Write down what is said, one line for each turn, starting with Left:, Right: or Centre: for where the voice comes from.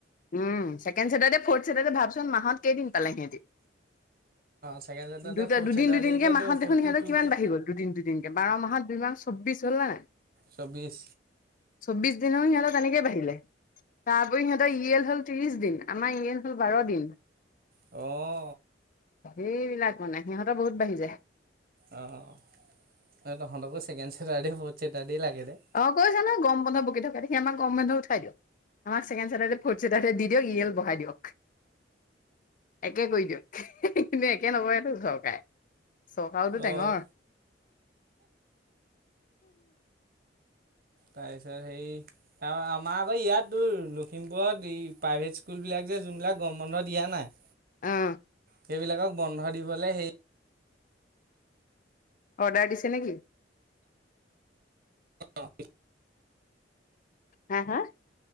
Left: উম ছেকেণ্ড ছেটাৰডে ফ'ৰ্থ চেটাৰডে ভাবচোন মাহত কেইদিন পালে সিহঁতি।
Right: ছেকেণ্ড ছেটাৰডে
Left: দুটা
Right: ফ'ৰ্থ
Left: দুদিন
Right: ছেটাৰডেকেতো
Left: দুদিনকে মাহত
Right: ফিফটি
Left: দেখোন সিহঁতৰ
Right: টুকে
Left: কিমান বাঢ়ি গ'ল দুদিন দুদিনকে বাৰ মাহত দুই মাহ চৌব্বিশ হ'ল নে নাই
Right: চৌব্বিশ
Left: চৌব্বিশ দিন হৈ সিহঁতৰ তেনে কে বাঢ়িলে তাৰপৰি সিহঁতৰ ই এল হ'ল ত্ৰিশ দিন আমাৰ ই এল হ'ল বাৰ দিন
Right: অ
Left: সেইবিলাক মানে সিহঁতৰ বহুত বাঢ়ি যায়
Right: অ তহঁতকো ছেকেণ্ড চেটাৰডে ফৰ্থ চেটাৰডেই লাগে নে
Left: অ কৈছে নহয় গৰম বন্ধত বকি থকা দেখি আমাক গৰম বন্ধ উঠাই দিয়ক আমাক ছেকেণ্ড চেটাৰডে ফৰ্থ চেটাৰডে দি দিয়ক ইয়েল বঢ়াই দিয়ক একে কৰি দিয়ক কিন্তু একে নকৰেতো চৰকাৰে চৰকাৰোটো টেঙৰ
Right: অঁ তাৰ পিছত সেই আমাৰ আকৌ ইয়াত তোৰ লখিমপুৰত এই প্ৰাইভেট স্কুলবিলাক যে যোনবিলাক গৰম বন্ধ দিয়া নাই।
Left: অঁ
Right: সেইবিলাকক বন্ধ দিবলৈ সেই
Left: অৰ্ডাৰ দিছে নেকি?
Right: অঁ
Left: হাঁ হাঁ